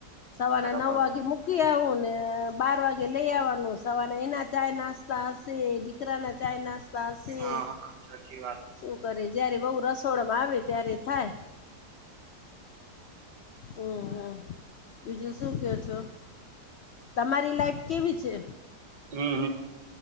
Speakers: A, on the left (about 75°); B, on the right (about 85°).
A: સવારે
B: હા
A: નવ વાગે મૂકી આવું ને બાર વાગે લઈ આવવાનું સવારે... એના ચાય નાસ્તા હશે, દીકરા ના ચાય નાસ તા હશે,
B: હા સાચી વાત
A: શું કરે જયારે વહુ રસોડામાં આવે ત્યારે થાય. હમ હમ બીજું શું કે છો, તમારી લાઈફ કેવી છે.
B: હમ